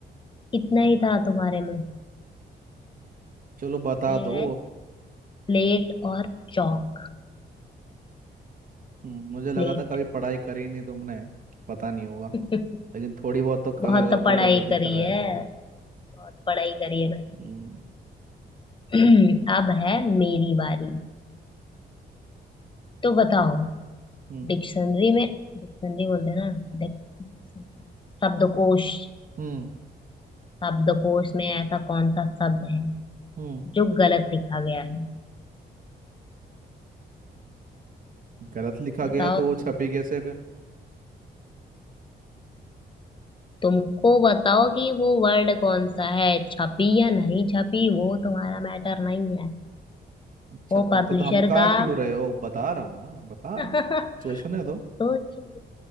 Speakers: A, on the left; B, on the right.
A: इतना ही था तुम्हारे में
B: चलो बता
A: ये
B: दो
A: है प्लेट और चौक
B: हम्म, मुझे लगा
A: स्लेट
B: था कभी पढ़ाई करी नहीं तुमने पता नहीं होगा
A: <laughs>
B: लेकिन थोड़ी बहुत तो का,
A: बहुत
B: का, का
A: तो
B: पढ़
A: पढ़ाई
B: गया दिख
A: करी
B: रहा
A: है
B: है
A: बहुत पढ़ाई करी है मैंने
B: हम्म
A: <clears throat> अब है मेरी बारी तो बताओ
B: हम्म
A: डिक्शनरी में डिक्शनरी बोलते हैं ना डिक्शनरी शब्दकोश
B: हम्म
A: शब्दकोश में ऐसा कौन सा शब्द है
B: हम्म।
A: जो गलत लिखा गया है
B: गलत लिखा
A: बताओ
B: गया तो वो
A: तुम
B: छपी कैसे फिर
A: तुमको बताओ कि वो वर्ड कौन सा है छपी या नहीं छपी वो तुम्हारा मैटर नहीं है
B: अच्छा
A: वो
B: तुम
A: पब्लिशर
B: तो धमका
A: का
B: क्यों रहे हो बता रहा हूँ ना बता
A: <laughs>
B: रहा हूँ सोचने
A: सोच
B: दो
A: लो ठीक